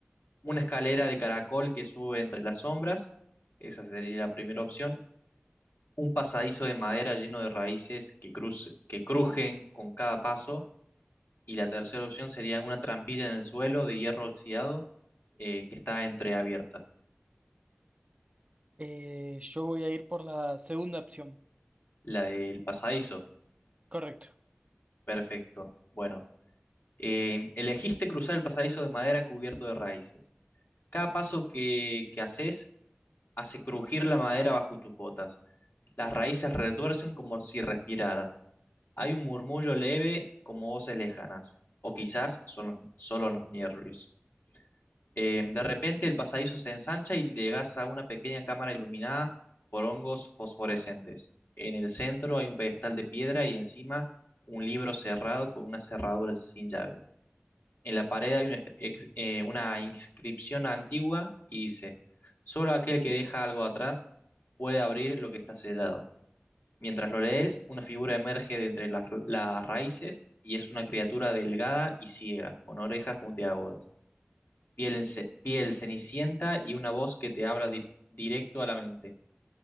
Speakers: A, on the left; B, on the right.
A: Una escalera de caracol que sube entre las sombras, esa sería la primera opción. Un pasadizo de madera lleno de raíces que, cruz- que crujen con cada paso. Y la tercera opción sería una trampilla en el suelo de hierro oxidado eh, que está entreabierta,
B: eh, yo voy a ir por la segunda opción.
A: la del pasadizo.
B: Correcto.
A: Perfecto. Bueno, em, elegiste cruzar el pasadizo de madera cubierto de raíces. Cada paso que, que haces hace crujir la madera bajo tus botas. Las raíces retuercen como si respiraran. Hay un murmullo leve como voces lejanas, o quizás son los- solo los nervios. Em, de repente el pasadizo se ensancha y llegas a una pequeña cámara iluminada por hongos fosforescentes. En el centro hay un pedestal de piedra y encima un libro cerrado con una cerradura sin llave. En la pared hay una, ex- eh, una inscripción antigua y dice, solo aquel que deja algo atrás puede abrir lo que está sellado. Mientras lo lees, una figura emerge de entre las, ra- las raíces y es una criatura delgada y ciega, con orejas puntiagudas, piel, ence- piel cenicienta y una voz que te habla dir- directo a la mente.